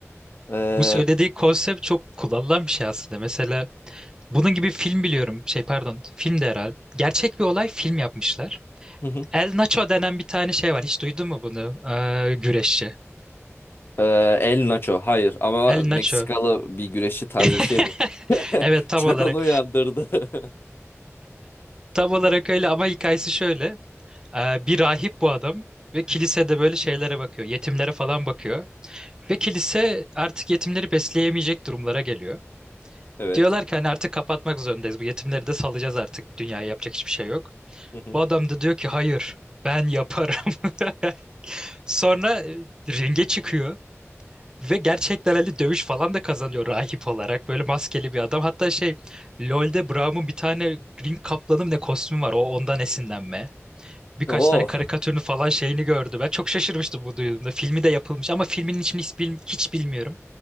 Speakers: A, on the left; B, on the right.
A: Ee,
B: Bu söylediği konsept çok kullanılan bir şey aslında. Mesela bunun gibi film biliyorum. Şey pardon, film de herhalde. Gerçek bir olay film yapmışlar.
A: hı hı.
B: El Nacho denen bir tane şey var. Hiç duydun mu bunu? Ee, güreşçi.
A: Ee, El Nacho. Hayır ama
B: El
A: Meksikalı
B: Nacho.
A: bir güreşçi tarzı
B: <laughs>
A: bir şey mi? <laughs>
B: Evet tam
A: Çok
B: olarak.
A: onu uyandırdı. <laughs>
B: Tam olarak öyle ama hikayesi şöyle. Ee, bir rahip bu adam ve kilisede böyle şeylere bakıyor. Yetimlere falan bakıyor. Ve kilise artık yetimleri besleyemeyecek durumlara geliyor.
A: Evet.
B: Diyorlar ki hani artık kapatmak zorundayız. Bu yetimleri de salacağız artık. Dünyaya yapacak hiçbir şey yok.
A: Hı hı.
B: Bu adam da diyor ki hayır ben yaparım. <laughs> Sonra e, ringe çıkıyor ve gerçekten hani dövüş falan da kazanıyor rahip olarak. Böyle maskeli bir adam. Hatta şey LoL'de Braum'un bir tane ring kaplanı mı ne kostümü var. O ondan esinlenme. Birkaç
A: <laughs> Oo.
B: tane karikatürünü falan şeyini gördüm. Ben çok şaşırmıştım bu duyduğumda. Filmi de yapılmış ama filmin içini hiç, bil- hiç bilmiyorum.